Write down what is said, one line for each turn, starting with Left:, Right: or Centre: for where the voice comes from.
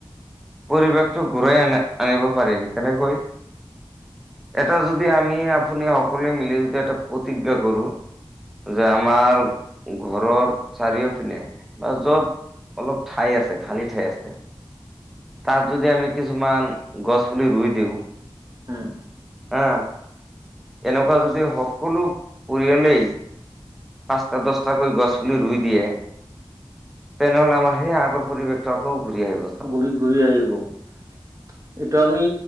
Centre: <unintelligible> পৰিৱেশটো ঘূৰাই আনা আনিব পাৰিম কেনেকৈ? <inaudible> <unintelligible> এটা যদি আমি আপুনি সকলোৱে মিলি যদি এটা প্ৰতিজ্ঞা কৰোঁ <inaudible> যে আমাৰ ঘৰৰ চাৰিও পিনে বা য'ত অলপ ঠাই আছে খালি ঠাই আছে তাত যদি আমি কিছুমান গছ পুলি ৰুই দিওঁ
Right: উম
Centre: হা এনেকুৱা যদি সকলো পৰিয়ালেই পাঁচটা দছটাকৈ গছপুলি ৰুই দিয়ে তেনেহলে আাৰ সেই আগৰ পৰিৱেশটো আকৌ ঘূৰি আহিব চাওক
Right: ঘূৰি ঘূৰি আহিব এইটো আমি